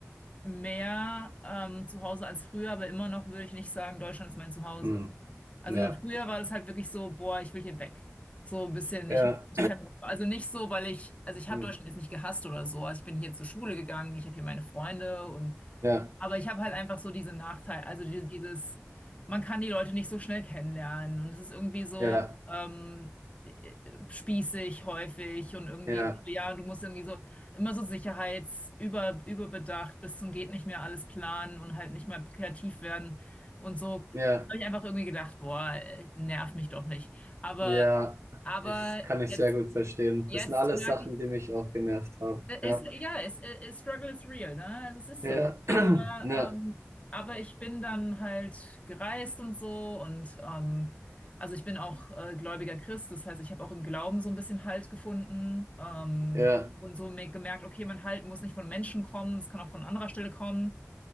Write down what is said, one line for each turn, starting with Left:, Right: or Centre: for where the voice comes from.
Left: mehr ähm, zu Hause als früher, aber immer noch würde ich nicht sagen, Deutschland ist mein Zuhause.
Right: Hm.
Left: Also
Right: Ja,
Left: früher war das halt wirklich so, boah, ich will hier weg. So ein bisschen,
Right: ja,
Left: ich, ich kann, also nicht so, weil ich, also ich habe
Right: hm.
Left: Deutschland jetzt nicht gehasst oder so. Also ich bin hier zur Schule gegangen, ich habe hier meine Freunde und
Right: Ja,
Left: aber ich habe halt einfach so diesen Nachteil, also die- dieses, man kann die Leute nicht so schnell kennenlernen und es ist irgendwie so
Right: ja,
Left: ähm, äh, spießig häufig und irgendwie,
Right: ja,
Left: so, ja, du musst irgendwie so immer so sicherheitsüber überbedacht bis zum geht nicht mehr alles planen und halt nicht mehr kreativ werden und so.
Right: ja,
Left: Da habe ich einfach irgendwie gedacht, boah, äh, nerv mich doch nicht. Aber,
Right: ja.
Left: aber
Right: Ich kann
Left: jetzt,
Right: ich sehr gut verstehen.
Left: jetzt
Right: Das sind alles
Left: merke
Right: Sachen, die mich auch genervt haben.
Left: äh,
Right: Ja,
Left: Ist, ja, es ist, Struggle is real, ne? Also es ist
Right: ja,
Left: so. Aber,
Right: <clears throat> ja,
Left: ähm, aber ich bin dann halt gereist und so und ähm, also ich bin auch äh, gläubiger Christ, das heißt, ich habe auch im Glauben so ein bisschen Halt gefunden ähm,
Right: ja,
Left: und so me- gemerkt, okay, mein Halt muss nicht von Menschen kommen, es kann auch von anderer Stelle kommen.